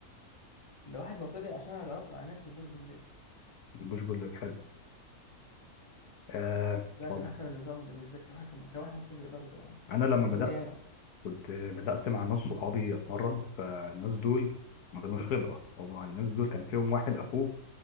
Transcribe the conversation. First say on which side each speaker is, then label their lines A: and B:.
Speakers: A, on the left; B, on the left.
A: لواحد مبتدئ عشان انا جربته على نفسي البوش بول ليج
B: البوش بول لك حلو آه
A: ده
B: طب
A: كان احسن نظام بالنسبه لي كواحد كان- كواحد مبتدئ برضه يعني
B: انا
A: كان
B: لما
A: بالنسبه
B: بدات
A: لي انا
B: كنت بدات مع ناس صحابي اتمرن فالناس دول ما كانوش خبره هو الناس دول كان فيهم واحد اخوه